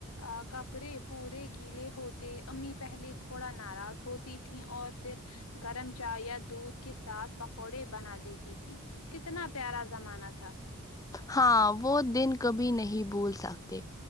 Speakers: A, on the left; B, on the left.
A: آ کپڑے پورے گیلے ہوتے امی پہلے تھوڑا ناراض ہوتی تھی اور فیر گرم چائے یا دودھ کے ساتھ پکوڑے بنا دیتی تھی کتنا پیارا زمانہ تھا
B: ہاں وہ دن کبھی نہیں بھول سکتے